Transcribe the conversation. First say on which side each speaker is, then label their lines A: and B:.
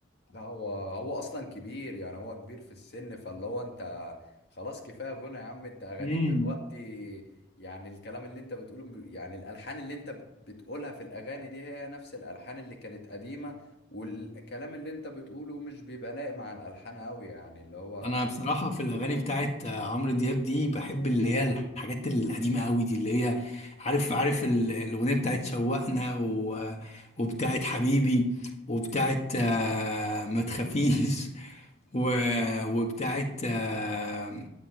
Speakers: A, on the left (about 55°); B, on the left (about 35°).
A: لا هو هو اصلا كبير يعني هو كبير في السن فاللي هو انت خلاص كفايه غنى يا عم انت اغانيك
B: امم
A: دلوقتي يعني الكلام اللي انت بتقوله م- يعني الالحان اللي انت بت- بتقولها في الاغاني دي هي نفس الالحان اللي كانت قديمه والكلام اللي انت بتقوله مش بيبقى لايق مع الالحان قوي يعني اللي هو
B: انا بصراحه في الاغاني بتاعت عمرو دياب دي بحب اللي هي الحاجات القديمه قوي دي اللي هي عارف عارف ال- الاغنيه بتاعت شوقنا و... وبتاعت حبيبي وبتاعت آه، ما تخافيش <laughs> و... وبتاعت آه،